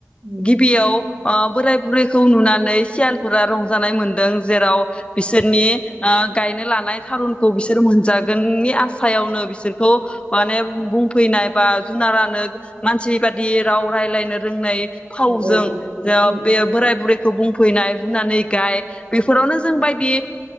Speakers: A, on the right; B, on the left.
A: औ
B: गिबियाव ओ बोराय बुरैखौ नुनानै सियालफोरा रंजानाय मोनदों जेराव बिसोरनि ओ गायनो लानाय थारुनखौ बिसोर मोनजागोननि आसायावनो बि बिसोरखौ माने बुं फैनाय बा जुनारानो मानसि बादि राव रायलायनो रोंनाय
A: औ
B: फावजों
A: औ
B: जा
A: औ
B: बे बोराय बुरै बुंफैनाय रुनानै गाय बेफोरावनो जों बायदि